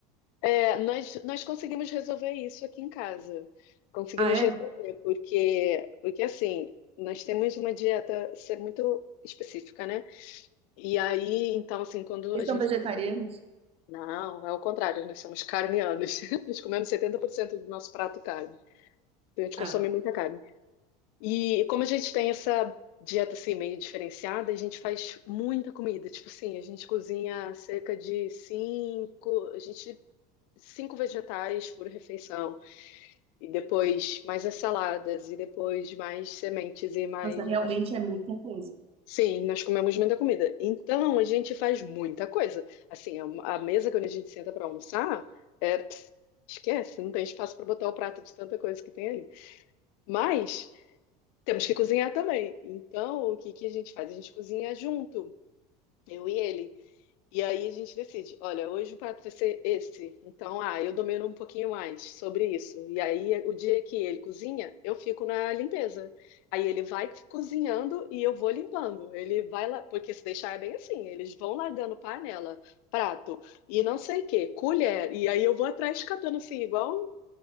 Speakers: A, on the left (about 70°); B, on the right (about 30°).
A: é, nós, nós conseguimos resolver isso aqui em casa. Conseguimos
B: Ah, é?
A: resolver, porque, porque assim, nós temos uma dieta ser muito específica, né? E aí, então, assim, quando
B: Vocês
A: a
B: são
A: gente
B: vegetarianos?
A: Não, é o contrário, nós somos carnianos. <laughs> Nós comemos 70% do nosso prato carne. Então a gente consome
B: Ah.
A: muita carne. E como a gente tem essa dieta assim meio diferenciada, a gente faz muita comida. Tipo assim, a gente cozinha cerca de cinco, a gente cinco vegetais por refeição e depois mais as saladas e depois mais sementes e mais
B: Nossa, realmente é muita coisa.
A: Sim, nós comemos muita comida. Então, a gente faz muita coisa. Assim, a, a mesa quando a gente senta para almoçar, é, pss, esquece, não tem espaço para botar o prato de tanta coisa que tem ali. Mas temos que cozinhar também. Então, o que que a gente faz? A gente cozinha junto, eu e ele. E aí a gente decide, olha, hoje o prato vai ser esse. Então, ah, eu domino um pouquinho mais sobre isso. E aí, o dia que ele cozinha, eu fico na limpeza. Aí ele vai cozinhando e eu vou limpando. Ele vai lá, porque se deixar é bem assim, eles vão largando panela, prato e não sei o quê, colher. E aí eu vou atrás catando assim, igual.